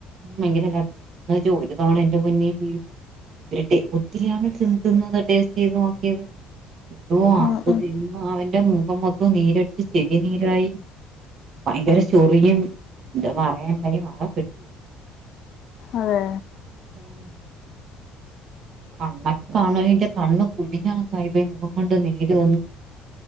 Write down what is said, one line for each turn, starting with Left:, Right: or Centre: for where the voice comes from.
Right: ഭയങ്കരല്ല അഥിയാണ് എന്ന വച്ച ഒരു തവണ എന്റെ പൊന്നേ ബീഫ് ഇ ഒത്തിരിയാണ് തിന്നത് ടേസ്റ്റ് ചെയ്ത് നോക്കിയത് അതോ <unintelligible>
Left: ഉം
Right: അവൻ
Left: ഉം
Right: തിന്ന് അവന്റെ മുഖം മൊത്തം നീരടിച്ച് ചെവി നീരായി. ഭയങ്കര ചൊറിയും ഇത് പറയണ്ട ആകെ പെട്ടു.
Left: അതെ
Right: <unintelligible> ഉം <unintelligible> കണ്ണകെ കാണണേകെ കണ്ണ് കുഴിഞ്ഞാണ്. മുഖത്തു നീര് വന്ന്